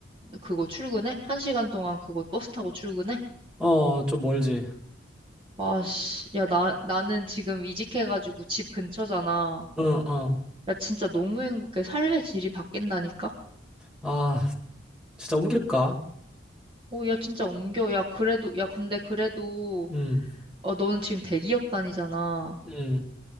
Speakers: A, on the right; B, in the centre.
A: 그거 출근해? 한 시간 동안 그거 버스 타고 출근해?
B: 어, 좀 멀지.
A: 와, 씨. 야, 나, 나는 지금 이직해가지고 집 근처잖아.
B: 어, 어.
A: 야, 진짜 너무 행복해. 삶의 질이 바뀐다니까?
B: 아, 진짜 옮길까?
A: 오, 야, 진짜 옮겨. 야, 그래도, 야, 근데 그래도,
B: 음.
A: 어, 너는 지금 대기업 다니잖아.
B: 음.